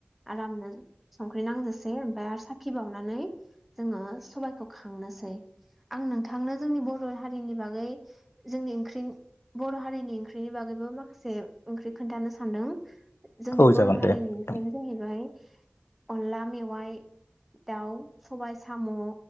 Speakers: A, in the centre; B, on the left.
A: आरामनो संख्रि नांजासे ओमफ्राय आरो साखि बावनानै जोङो सबायखौ खां नासै आं नोंथांनो जोंनि बर' हारिनि बागै जोंनि ओंख्रिनि बर' हारिनि ओंख्रि ओंख्रिनि बागैबो माखासे ओंख्रि खोन्थानो सानदों जोंनि
B: औ
A: बर'
B: जागोन
A: हारिनि
B: दे नोंथां
A: ओंख्रियानो जाहैबाय अनला मेवाइ दाउ सबाइ साम'